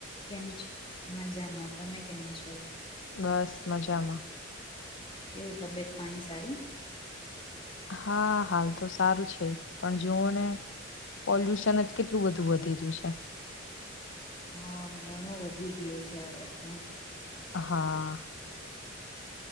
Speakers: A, on the left (about 25°); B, on the left (about 70°).
A: કેમ છો, મજામાં, તમે કેમ છો?
B: બસ મજામાં,
A: કેવું તબિયત પાણી સારું?
B: હા, હાલ તો સારું છે, પણ જુઓ ને પોલ્યુશન જ કેટલું બધું વધી રહ્યું છે.
A: હા, ઘણું વધી ગયું છે હવે તો
B: હા,